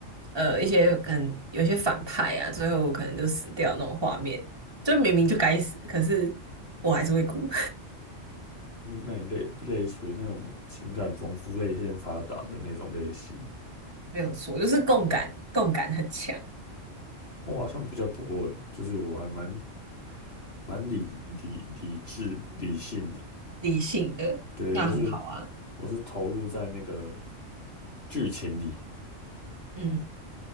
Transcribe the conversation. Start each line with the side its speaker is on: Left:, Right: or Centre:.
Right: 呃一些可能有些反派啊，最后可能就死掉那种画面，就明明就该死，可是我还是会哭。
Left: 那那类类属于那种情感丰富、泪腺发达的那种类型，
Right: 没有错，就是共感，共感很强，
Left: 我好像比较不会，就是我还蛮蛮理理理智理性的，
Right: 理性的，
Left: 对，
Right: 那很好啊。
Left: 就是我是投入在那个剧情里，
Right: 嗯，